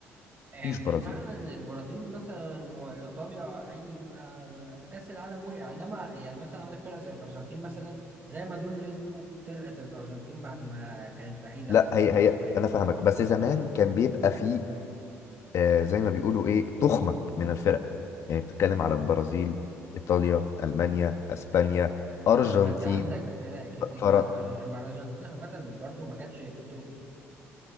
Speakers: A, on the right (about 40°); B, on the left (about 60°).
A: آه،
B: مفيش
A: مش
B: برازيل
A: معنى ان البرازيل مثلا وايطاليا عيني يبقى كاس العالم وقع انما يعني مثلا عندك فرق زي الارجنتين مثلا زي ما دول نزلوا طلعت الارجنتين بعد ما كانت بعيده
B: لا
A: عن الموضوع
B: هي هي
A: شويه
B: انا فاهمك بس زمان كان بيبقى فيه آه، زي ما بيقولوا ايه تخمة من الفرق يعني بتتكلم على البرازيل ايطاليا المانيا اسبانيا
A: يا
B: ارجنتين
A: باشا ما انت عندك فرق كتير
B: فرق
A: مع الأرج... مع الارجنتين عامه برضو ما كانتش بتقل